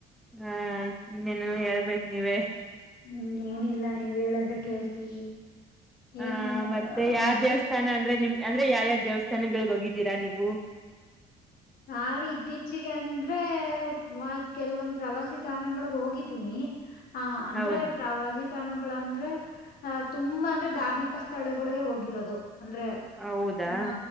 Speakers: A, in the centre; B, on the left.
A: ಹಾ ಇನ್ನೇನು ಎಳ್ಬೇಕು ನೀವೇ
B: ಹ್ಮ್ ಏನಿಲ್ಲಾ ನೀವ್ ಹೇಳದ್ರೆ ಕೇಳ್ತೀವಿ
A: ಹ
B: ಏನ್
A: ಮತ್ತೆ ಯಾವ
B: ಮತ್ತ
A: ದೇವಸ್ಥಾನ ಅಂದ್ರೆ ನಿಮ್ ಅಂದ್ರೆ ಯಾವ್ಯಾವ ದೇವಸ್ಥಾನಗಳಿಗೆ ಹೋಗಿದ್ದೀರಾ ನೀವು
B: ನಾನು ಇತ್ತೀಚಿಗೆ ಅಂದ್ರೆ ಮ ಕೆಲವೊಂದ ಪ್ರವಾಸಿ ತಾಣಗಳಗ್ ಹೋಗಿದ್ದೀನಿ ಹ ಅಂದ್ರೆ
A: ಹೌದು
B: ಪ್ರವಾಸಿ ಉದ್ಯನಗಳಂದ್ರೆ ತುಂಬಾ ಅಂದ್ರೆ ಧಾರ್ಮಿಕ ಸ್ಥಳಗಳಿಗೆ ಹೋಗಿರೋದು ಅಂದ್ರೆ
A: ಹೌದಾ
B: ಹ